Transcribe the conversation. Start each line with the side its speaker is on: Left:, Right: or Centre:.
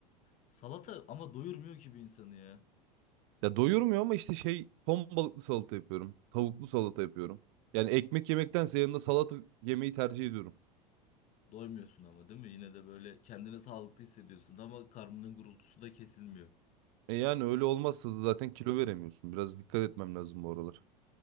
Left: Salata ama doyurmuyor ki bir insanı ya.
Right: Ya doyurmuyor ama işte şey ton balıklı salata yapıyorum. Tavuklu salata yapıyorum. Yani ekmek yemektense yanında salata yemeyi tercih ediyorum.
Left: Doymuyorsun ama değil mi? Yine de böyle kendini sağlıklı hissediyorsun ama karnının gurultusu da kesilmiyor.
Right: E yani öyle olmazsa da zaten kilo veremiyorsun. Biraz dikkat etmem lazım bu aralar.